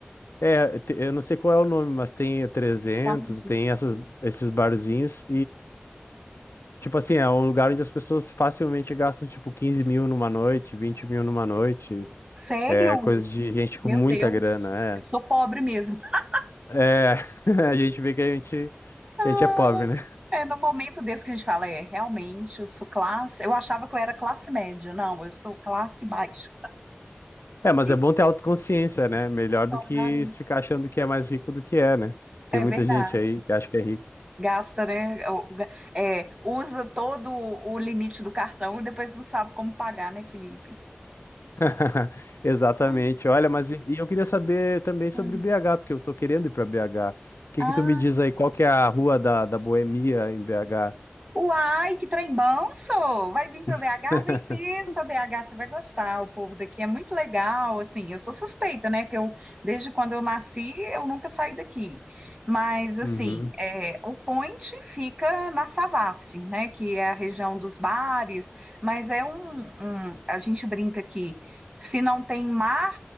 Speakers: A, on the left (about 85°); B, on the right (about 25°).
A: é, te- eu não sei qual é o nome, mas tem trezentos
B: Nossa,
A: tem essas, esses barzinhos Tipo assim, é um lugar onde as pessoas facilmente gastam, tipo, 15 mil numa noite, 20 mil numa noite.
B: Sério?
A: É coisa de gente com
B: Meu
A: muita
B: Deus,
A: grana,
B: eu sou pobre mesmo. <laughs>
A: é. É, <laughs> a gente vê que a gente,
B: Ah,
A: que a gente é pobre, né?
B: É no momento desse que a gente fala, é, realmente, eu sou classe. Eu achava que eu era classe média. Não, eu sou classe baixa.
A: É, mas
B: E
A: é bom ter autoconsciência, né? Melhor do
B: claro,
A: que se ficar achando que é mais rico do que é, né? Tem
B: é
A: muita
B: verdade.
A: gente aí que acha que é rico.
B: Gasta, né? o- ga- é, usa todo o limite do cartão e depois não sabe como pagar, né, Felipe?
A: <laughs> Exatamente.
B: Hum.
A: Olha, mas e e eu queria saber também sobre
B: hum.
A: BH, porque eu tô querendo ir para BH. O que
B: Ah,
A: que tu me diz aí? Qual que é a rua da, da Boemia em BH?
B: Uai, que trem bom, sou! Vai vir para BH?
A: <laughs>
B: Vem mesmo para BH, você vai gostar. O povo daqui é muito legal, assim, eu sou suspeita, né, que eu, desde quando eu nasci, eu nunca saí daqui. Mas, assim,
A: Uhum.
B: é, o Point fica na Savassi, né, que é a região dos bares, mas é um, um- a gente brinca que se não tem mar,